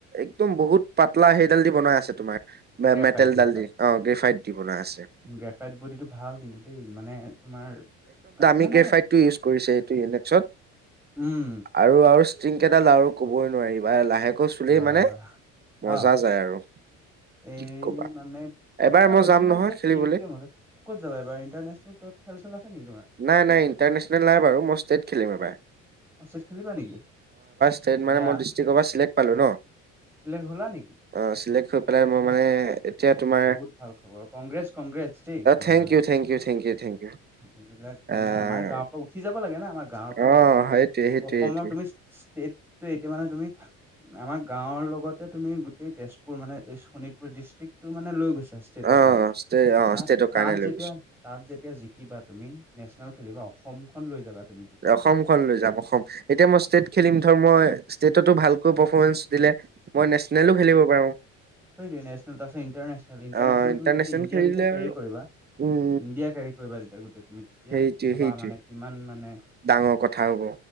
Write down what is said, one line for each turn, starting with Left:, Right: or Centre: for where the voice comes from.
Right: একদম বহুত পাতলা সেইডাল দি বনোৱা আছে, তোমাৰ
Centre: গ্ৰেফাইট
Right: মেটেল
Centre: গ্ৰেফাইট
Right: ডাল দি অ' গ্ৰেফাইত দি বনোৱা আছে।
Centre: গ্ৰেফাইট বডিটো ভাল কিন্তু দেই মানে তোমাৰ
Right: গ্ৰেফাইড
Centre: মানে
Right: টো ইউজ কৰিছে এইটো পিছত
Centre: উম
Right: আৰু ষ্টিলকেইডাল কবই নোৱাৰিবাই আৰু লাহে আকৌ চুলি
Centre: বা
Right: মানে মজা
Centre: অ
Right: যায় আৰু
Centre: এই
Right: কি কবা
Centre: মানে
Right: এবাৰ
Centre: আৰু
Right: মই
Centre: বেডমিণ্টন
Right: যাম নহয়
Centre: ক
Right: খেলিবলৈ
Centre: ফিল্ডটোৱে ক'ত যাব এবাৰ ইণ্টনে্যনেল কবাত খেল চেল আছে নেকি তোমাৰ
Right: নাই নাই ইণ্টাৰনেশ্যনেল নাই বাৰু মই ষ্টেট খেলিম এবাই
Centre: ষ্টেত খেলিবা নেকি
Right: ষ্টেট মানে
Centre: দিয়া
Right: মই ডিষ্ট্ৰিক্ট অভাৰ চিলেক্ট পালোঁ ন
Centre: চিলেক্ট হ'লা নেকি?
Right: অ চিলেক্ট হৈ পেলাই মই
Centre: অহ
Right: মানে এতিয়া তোমাৰ
Centre: বহুত ভাল খবৰ কংগ্ৰেছ কংগ্ৰেছ দেই একদম
Right: থেংক
Centre: মানে
Right: you thank you thank you thank you
Centre: এইবিলাক মানে
Right: আহ
Centre: আমাৰ গাঁৱৰ পৰা উঠি যাব লাগে না আমাৰ গাঁৱৰ পৰা
Right: অ
Centre: যেতিয়া এনেকা
Right: সেইটোৱে সেইটোৱে
Centre: অসমৰ
Right: সেইটোৱে
Centre: তুমি ষ্টেট টো এতিয়া মানে তুমি আমাৰ গাঁওৰ লগতে তুমি গোটেই তেজপুৰ মানে এই শোণিতপুৰ ডিষ্ট্ৰিক্টটো মানে লৈ গৈছা টো
Right: অ
Centre: কাৰণে
Right: ষ্টে অ
Centre: তাত
Right: ষ্টেটৰ কাৰণে
Centre: তাত
Right: লৈ
Centre: যেতিয়া
Right: গৈছো
Centre: তাত যেতিয়া জিকিবা তুমি নেশচনেল খেলিবা অসমখন লৈ যাবা তুমি তেতিয়া
Right: অসমখন লৈ যাম অসম এতিয়া মই ষ্টেট খেলিম ধৰ মই ষ্টেটতো ভালকৈ পাৰফৰ্মেঞ্চ দিলে মই নেশ্যনেলো খেলিব পাৰোঁ
Centre: সনেল তাৰ পিছত ইণ্টাৰনে্যনেল ইটাৰনেল
Right: অ ইণ্টাৰনেচনেল
Centre: তুমি গোট ইণ্ডিয়া
Right: খেলিলে
Centre: যেতিয়া কেৰি
Right: আৰু
Centre: কৰিব ইণ্ডিয়া
Right: উম
Centre: কেৰি কৰিবা তেতিয়া গোটেই তুমি তেতিয়া
Right: সেইটোৱে
Centre: ভাবা
Right: সেইটোৱে
Centre: মানে কিমান মানে
Right: ডাঙৰ কথা হ'ব